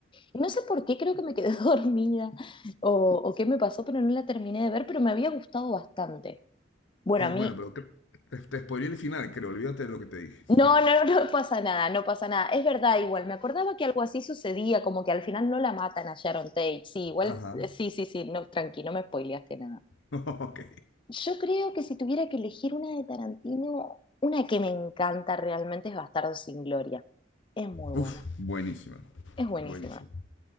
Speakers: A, on the left (about 25°); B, on the left (about 80°).
A: y no sé por qué, creo que me quedé <laughs> dormida o, o qué me pasó, pero no la terminé de ver, pero me había gustado bastante. Bueno,
B: Es
A: a mí,
B: bueno, pero cre- te, te spoileé el final, creo. Olvídate de lo que te dije.
A: no,
B: <laughs>
A: no, <laughs> no pasa nada, no pasa nada, es verdad igual, me acordaba que algo así sucedía, como que al final no la matan a Sharon Tate, sí, igual,
B: Ajá.
A: eh,
B: <laughs>
A: sí, sí, sí, no, tranqui, no me spoileaste nada.
B: Ok.
A: Yo creo que si tuviera que elegir una de Tarantino, una que me encanta realmente es Bastardo sin Gloria, es muy buena.
B: Uf, buenísima.
A: Es buenísima.
B: buenísima,